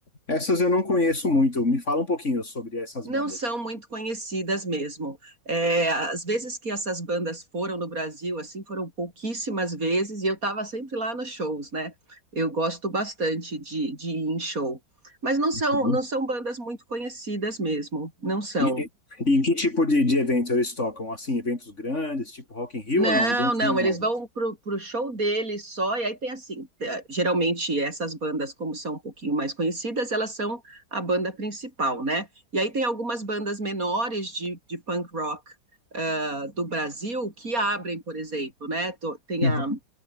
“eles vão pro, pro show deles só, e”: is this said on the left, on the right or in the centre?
Right